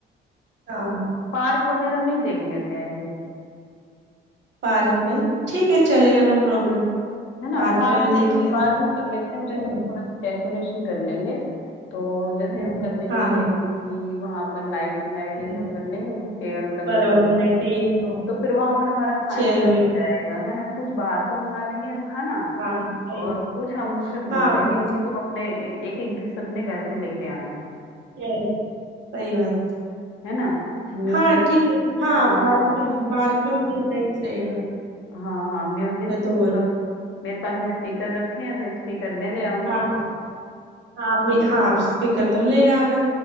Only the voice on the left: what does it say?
पार्क वगैरह में ही देख लेते हैं
है ना
पार्क
में
पार्क में कर लेते
हैं उसको थोड़ा सा डेकोरेशन कर लेंगे तो जैसे
हम कर लेंगे
कि वहां पर लाइटिंग आइटिंग
का कर लेंगे जैसे पेड़ लगे
होंगे
तो फिर वहां पर हमारा खाने
का बच
जाएगा है ना कुछ बाहर से मंगा लेंगे हम खाना
और कुछ हम उनसे बोल
देंगे
कि तुम अपने एक एक डिश अपने घर से लेके आना
है ना म्यूजिक
हाँ
हाँ हाँ म्यूजिक
तो मेरे पास स्पीकर रखे हैं तो स्पीकर मैं ले आऊंगी